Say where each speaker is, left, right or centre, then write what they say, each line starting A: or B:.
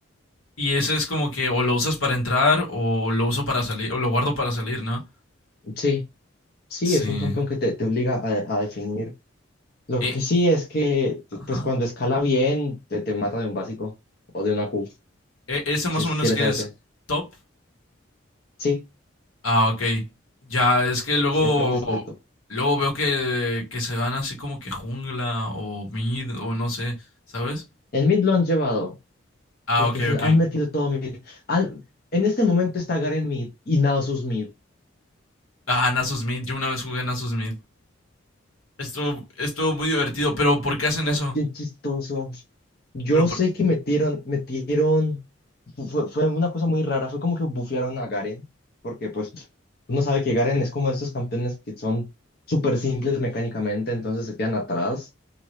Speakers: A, on the left (about 85°); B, on the left (about 50°).
A: Y ese es como que o lo usas para entrar o lo uso para salir, o lo guardo para salir, ¿no?
B: Sí, sí,
A: Sí.
B: es un campeón que te, te obliga a, a definir. Lo
A: Eh,
B: que sí es que,
A: ajá.
B: pues cuando escala bien, te, te mata de un básico o de una Q,
A: E- ese más
B: si,
A: o
B: si
A: menos
B: eres
A: que
B: ADC.
A: es top.
B: Sí,
A: Ah, ok. Ya es que luego,
B: sí, Aatrox está de top.
A: luego veo que, que se van así como que jungla o mid o no sé, ¿sabes?
B: En mid lo han llevado,
A: Ah,
B: porque
A: ok,
B: se
A: ok.
B: han han metido todo mid. Al en este momento está Garen mid y Nasus mid.
A: Ah, Nasus Mid. Yo una vez jugué Nasus Mid. Estuvo, estuvo muy divertido, pero ¿por qué hacen
B: Está
A: eso?
B: bien chistoso. Yo
A: Pero por...
B: sé que metieron, metieron, fu- fue, fue una cosa muy rara, fue como que bufearon a Garen, porque pues uno sabe que Garen es como de estos campeones que son súper simples mecánicamente, entonces se quedan atrás